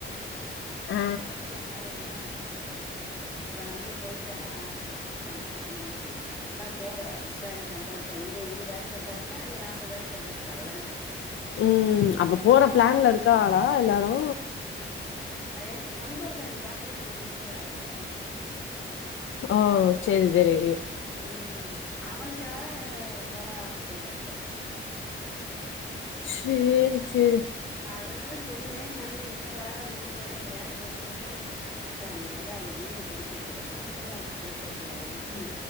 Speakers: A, on the left; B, in the centre.
A: ஆ
B: பாத்துக்வோன்கா என்ன பண்றது அவர நம்பி போய் தானே ஆகணு அப்டின் சொன்னுச்சு நல்லா போங்க விசாலி சம்பாரிப்பா இங் க இருவதாயிரோ சம்பார்ச்சா அங்க நாப்பதாய்ரோ சம்பாதிப்பா அதுதானே
A: ம் அப்ப போற
B: அஹ்,
A: ப்ளான்ல இருக்காகளா எல்லாரு
B: ஏனா சந்தோஷ அங்க காலேஜில சேத்துட்டாகல
A: ஒ செரி செரி
B: ம் அவனுக்காக போறாகபோலர்க்கிப்ப
A: சேரி சேரி
B: ம் அது துதா சொன்னே நானு என்னப்பா நீயு போறேங்கிற அப்னு அத்த மொதல அது வீடு புடிக்கட்டு அட்டுவான்ஸ் குடுக்கட்டு ம்